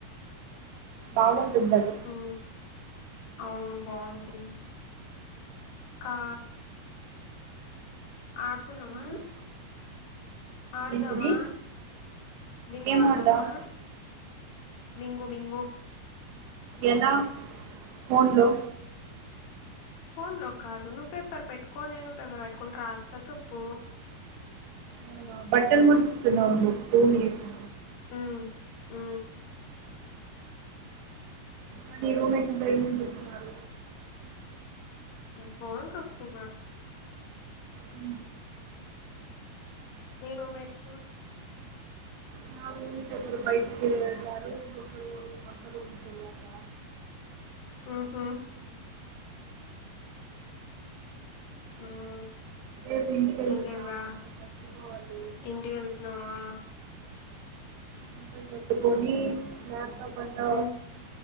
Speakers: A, on the right; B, on the left.
A: బాగుంటుంది అది
B: ఉ అవును బాగుంటుంది కా ఆడుకుందామా
A: ఉమ్.
B: ఆడుదామా
A: ఏంటిది?
B: బింగో
A: ఏం
B: ఆడదామా
A: ఆడదాం?
B: బింగో బింగో
A: ఎలా ఫోన్ లో
B: ఫోన్ లో కాదు నువ్వు పేపర్ పెట్టుకో నేను పేపర్ పెట్టుకోని రాస్తా చేప్పు
A: అవునా బట్టల్ మురికుతున్నా ఉండు టూ మినిట్స్
B: ఆ ఉ
A: మరి రూమేట్స్ ఇంకా ఏమేం చేస్తున్నారు
B: ఏ ఫోన్ చూస్తున్నారు
A: హ్
B: మీరు రూమేట్స్
A: నా రూమ్మేట్ ఒకరు బయటికి వెళ్ళారు ఇంకొకరు పక్క రూమ్కెళ్ళారు
B: ఆహా ఉమ్
A: రేపు ఇంటికెళ్తున్నా
B: ఇంకేం రా
A: అంతా సర్దుకోవాలి
B: ఇంటికేళ్తున్నావా
A: అంత సర్దుకొని ల్యాప్టాప్ అంతా
B: ఉమ్